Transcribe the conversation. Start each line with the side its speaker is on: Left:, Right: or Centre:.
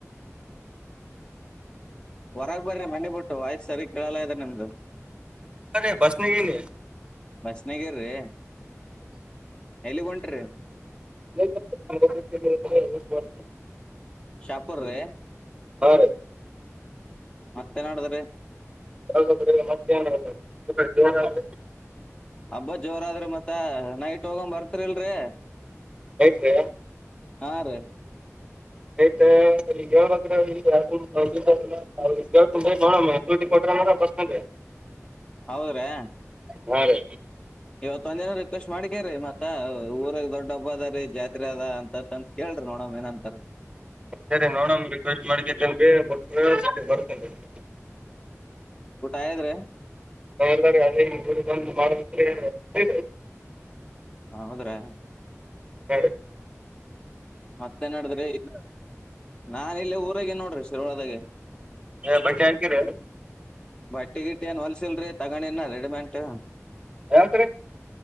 Left: ಹೊರಗ್ ಬರ್ರಿ ಮನೆ ಬಿಟ್ಟು ವಾಯ್ಸ್ ಸರಿಗ್ ಕೇಳಲ್ಲ ಇದ ನಿಮ್ದು.
Right: ರೆ ಬಸ್ನಿಗಿರಿ.
Left: ಬಸ್ನಗೀರಿ ಎಲ್ಲಿಗ್ ಹೊಂಟ್ರೀ?
Right: <inaudible>
Left: ಶಾಂಪುರ್ ರೀ?
Right: ಹಾ ರೀ.
Left: ಮತ್ತೇನ್ಮಾಡ್ದ್ರೀ?
Right: <unintelligible>
Left: ಹಬ್ಬ ಜೋರಾದ್ರಿ ಮತ್ತ ನೈಟ್ ಹೋಗನ್ ಬರ್ತರಿಲ್ರಿ.
Right: ಐತ್ರಿ
Left: ಹಾ ರೀ
Right: <unintelligible> <unintelligible>
Left: ಹೌದ್ರಾ?
Right: ಹೂಂ ರೀ.
Left: ಇವತ್ತೊಂದ್ ದಿನ ರಿಕ್ವೆಸ್ಟ್ ಮಾಡ್ಕೋರೀ ಮತ್ತ ಊರಗ್ ದೊಡ್ಡ ಹಬ್ಬ ಅದ ರೀ ಜಾತ್ರೆ ಅದ ಅಂತಂತ ಕೇಳ್ ಕೇಳ್ರಿ ನೋಡಮ್ ಏನಂತಾರ.
Right: ಸರಿ ನೋಡಣ ರಿಕ್ವೆಸ್ಟ್ ಮಾಡಕತ್ತೇನ್ <unintelligible> ಬರ್ತೇನೆ ರೀ.
Left: ಆಯ್ತ್ರೀ.
Right: <unintelligible>
Left: ಹೌದ್ರಾ?
Right: ಸರಿ.
Left: ಮತ್ತೇನ್ಮಾಡಿದ್ರಿ ಇ ನಾನ್ ಇಲ್ಲೆ ಊರಾಗಿನ್ ನೋಡ್ರಿ ಶಿರ್ಳದಾಗೆ.
Right: ಏನ್ ಬಟ್ಟೆ ಹಾಕಿರಿ?
Left: ಬಟ್ಟೆ ಗಿಟ್ಟೆ ಏನ್ ಹೊಲ್ಸಿಲ್ರರಿ ತಗೊಂಡಿನ ರೆಡಿಮೆಂಟು.
Right: ಯಾವತ್ರಿ?